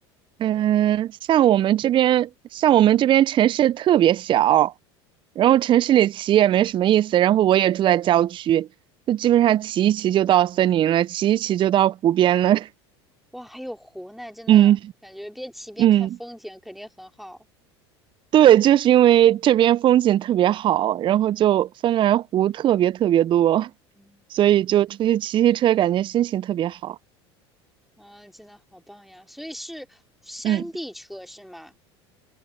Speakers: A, on the right; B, in the centre.
A: 嗯，像我们这边，像我们这边城市特别小，然后城市里骑也没什么意思，然后我也住在郊区，就基本上骑一骑就到森林了，骑一骑就到湖边了。<laughs>
B: 哇，还有湖呢，真的感觉边骑边看风景肯定很好。
A: 嗯嗯，对，就是因为这边风景特别好，然后就芬兰湖特别特别多，
B: 嗯
A: 所以就出去骑骑车，感觉心情特别好。
B: 啊，真的好棒呀！所以是山地车是吗？
A: 嗯，